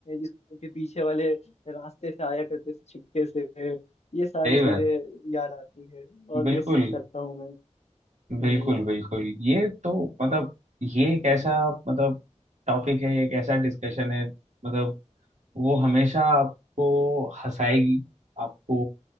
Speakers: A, on the left (about 60°); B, on the right (about 70°).
A: स्कूल के पीछे वाले रास्ते से आया करते थे छिपके से ये सारी चीजें
B: बात है
A: याद आती है और
B: बिल्कुल
A: मिस करता हूँ मैं हम्म,
B: बिल्कुल बिल्कुल ये तो मतलब ये एक ऐसा मतलब टॉपिक है एक ऐसा डिस्कशन है मतलब वो हमेशा आपको हंसाएगी आपको